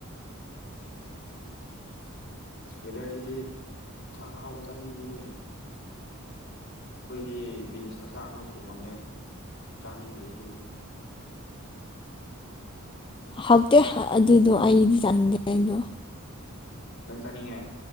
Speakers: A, on the left; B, on the left.
A: <inaudible> <inaudible>
B: ꯑꯁ ꯋꯦꯗꯔꯁꯤꯗꯤ ꯑꯦꯟꯁꯥꯡ ꯑꯍꯥꯎꯕ ꯆꯥꯅꯤꯡꯉꯤꯍꯦ ꯑꯩꯈꯣꯏꯗꯤ ꯕꯤꯟꯁ ꯑꯁꯥꯡꯕ ꯊꯣꯡꯉꯝꯃꯦ ꯆꯥꯅꯤꯡꯗꯦ ꯁꯤꯗꯤ
A: ꯍꯥꯎꯇꯦ ꯑꯗꯨꯗꯣ ꯑꯩꯗꯤ ꯆꯥꯅꯤꯡꯗꯦ ꯑꯗꯣ
B: ꯅꯪ ꯆꯥꯅꯤꯡꯉꯦ